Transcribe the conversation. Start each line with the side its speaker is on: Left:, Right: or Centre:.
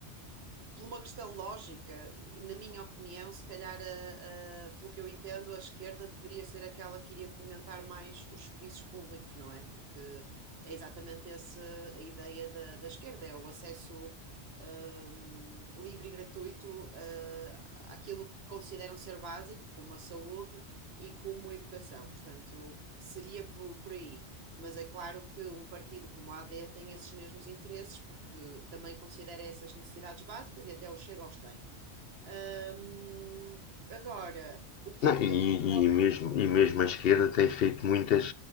Right: por uma questão lógica, na minha opinião, se calhar, a- a- pelo que eu entendo, a esquerda deveria ser aquela que iria fomentar mais os serviços públicos, não é? Porque é exatamente essa a ideia da, da esquerda, é o acesso, ehm, livre e gratuito, eh, àquilo que consideram ser básico, como a saúde e como a educação. Portanto, seria por por aí. Mas é claro que um partido como a AD tem esses mesmos interesses, porque também considera essas necessidades básicas e até o Chega os tem. Hum, agora, o que
Left: Não,
Right: é que
Left: e,
Right: realmente
Left: e mesmo, e mesmo a esquerda tem feito muitas,